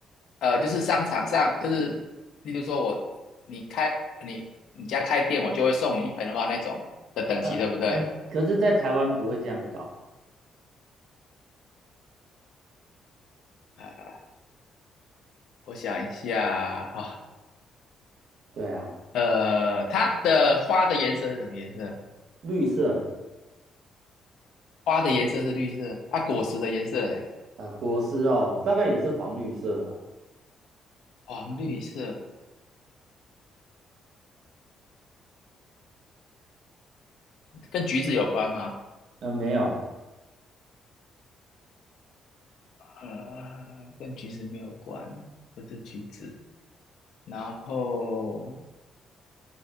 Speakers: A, on the left; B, on the right.
A: 呃，就是商场上就是，例如说我你开你你家开店，我就会送你一盆花那种的等级，
B: 嗯嗯，
A: 对不对？
B: 可是，在台湾不会这样搞，
A: 呃，我想一下哈、
B: 对啊，
A: 呃，它的花的颜色是什么颜色？
B: 绿色，
A: 花的颜色是绿色，啊，果实的颜色嘞，
B: 呃，果实哦，大概也是黄绿色的啊，
A: 黄绿色，跟橘子有关吗？
B: 呃，没有。
A: 呃，跟橘子没有关，不是橘子。然后，